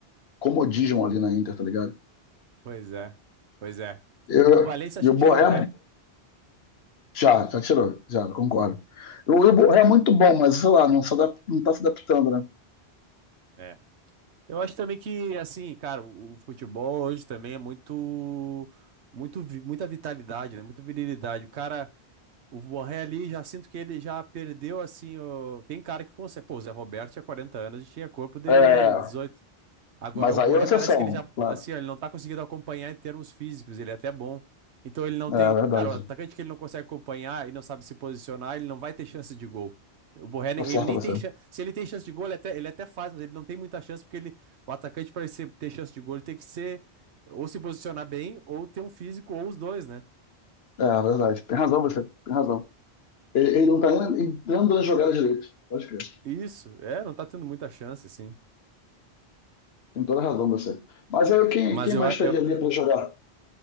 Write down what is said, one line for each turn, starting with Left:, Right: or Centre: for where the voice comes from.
Left: comodismo ali na Inter, tá ligado?
Right: Pois é, pois é.
Left: Eu,
Right: O Valencia
Left: e
Right: acho
Left: o
Right: que
Left: Borré,
Right: tirou o pé.
Left: Já, já tirou, já, concordo. O Ibo é muito bom, mas sei lá, não, se adap- não tá se adaptando, né?
Right: É. Eu acho também que, assim, cara, o o futebol hoje também é muito, muito, vi- muita vitalidade, né? Muita virilidade. O cara, o Borré ali, já sinto que ele já perdeu, assim, o... tem cara que consegue. Pô, o Zé Roberto tinha 40 anos e tinha corpo de
Left: É,
Right: dezoito Agora
Left: mas
Right: o
Left: aí
Right: Borré
Left: é uma exceção,
Right: parece que ele já,
Left: claro.
Right: assim, ó, ele não tá conseguindo acompanhar em termos físicos, ele é até bom. Então ele não
Left: É
Right: tem,
Left: é verdade.
Right: cara, o atacante que ele não consegue acompanhar e não sabe se posicionar, ele não vai ter chance de gol. O Borré, nem-
Left: Tá certo
Right: ele nem
Left: você.
Right: tem chance, se ele tem chance de gol, ele até, ele até faz, mas ele não tem muita chance porque ele, o atacante para ter chance de gol, ele tem que ser ou se posicionar bem ou ter um físico ou os dois, né?
Left: É é verdade. Tem razão você, tem razão. Ele, ele não tá nem entrando na jogada direito. Pode crer.
Right: Isso, é, não tá tendo muita chance assim.
Left: Tem toda a razão você. Mas aí quem,
Right: Mas
Left: quem
Right: eu,
Left: mais
Right: a-
Left: teria
Right: eu
Left: ali pra jogar?